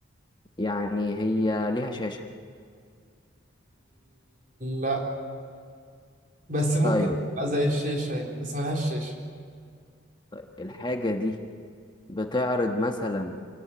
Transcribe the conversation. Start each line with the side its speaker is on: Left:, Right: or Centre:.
Left: يعني هي ليها شاشة
Right: لا بس ممكن
Left: طيب
Right: تبقى زي الشاشة يعني بس ملهاش شاشة
Left: طيب الحاجة دي بتعرض مثلا